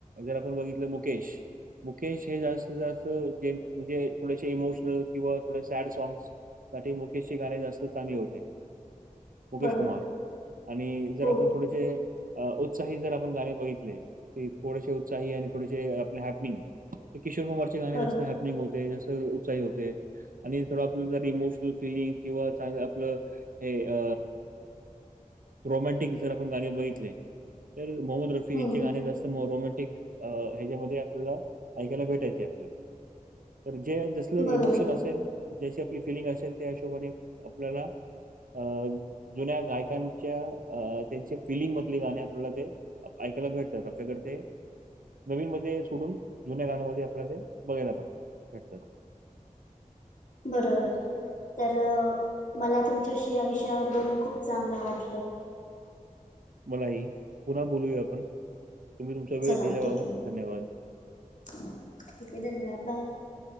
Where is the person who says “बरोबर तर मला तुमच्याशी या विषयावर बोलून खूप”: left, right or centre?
Left